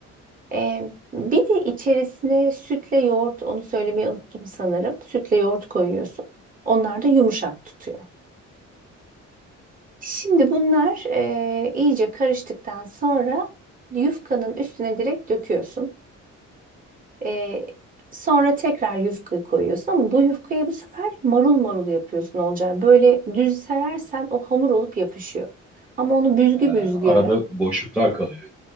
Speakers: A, on the right; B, in the centre.
A: Ee, bir de içerisine sütle yoğurt, onu söylemeyi unuttum sanırım. Sütle yoğurt koyuyorsun. Onlar da yumuşak tutuyor. Şimdi bunlar e, iyice karıştıktan sonra yufkanın üstüne direkt döküyorsun. Ee, sonra tekrar yufkayı koyuyorsun ama bu yufkayı bu sefer marul marul yapıyorsun Olcay. Böyle düz serersen o hamur olup yapışıyor. Ama onu büzgü
B: Ha,
A: büzgü.
B: arada boşluklar kalıyor